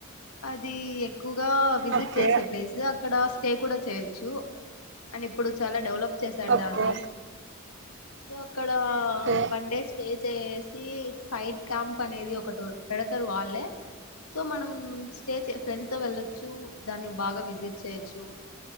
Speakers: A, on the left (about 85°); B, on the right (about 55°).
A: అది ఎక్ ఎక్కువగా విజిట్
B: ఓకే
A: చేసే ప్లేస్ అక్కడ స్టే కూడా చేయొచ్చు అండ్ ఇప్పుడు చాలా డెవలప్ చేసారు
B: ఓకే
A: దాన్ని సో ఇక్కడ
B: ఓకే
A: వన్ డే స్టే చే సీ ఫైట్ క్యాంప్ అనేది ఒకటి పెడతారు వాళ్ళే సో మనం స్టే ఫ్రెండ్స్ తో వెళ్ళొచ్చు దాన్ని బాగా విజిట్ చేయొచ్చు